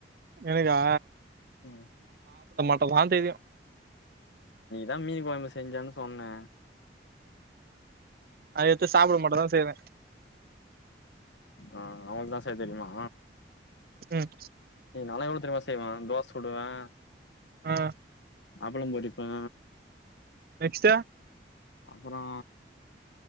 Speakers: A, on the right; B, on the left.
A: எனக்கா
B: ம்
A: ப்ப வாந்த தெரியு
B: தான் மீன் கொழம்பு செஞ்சன் சொன்னேன்
A: அது எடுத்து சாப்பிட மட்டுதா செய்வே
B: ஆ அவங்களுக்கு தா செய்ய தெரியுமா
A: ம்
B: ஏய் நாலா எவ்ளோ தெரியுமா செய்வே தோச சுடுவே
A: ஆ
B: அப்பளம் பொறிப்பே
A: நெக்ஸ்ட்டு
B: அப்புறொ